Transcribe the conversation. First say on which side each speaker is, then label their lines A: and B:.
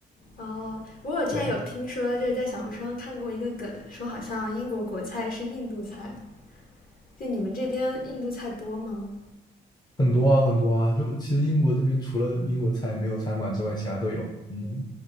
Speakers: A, on the left (about 45°); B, on the left (about 20°).
A: 哦，
B: <laughs>
A: 不过我之前有听说，
B: 对。
A: 就是在小红书上看过一个梗，说好像英国国菜是印度菜，就你们这边印度菜多吗？
B: 很多啊，很多啊，就其实英国这边除了英国菜没有餐馆之外，其他都有。嗯，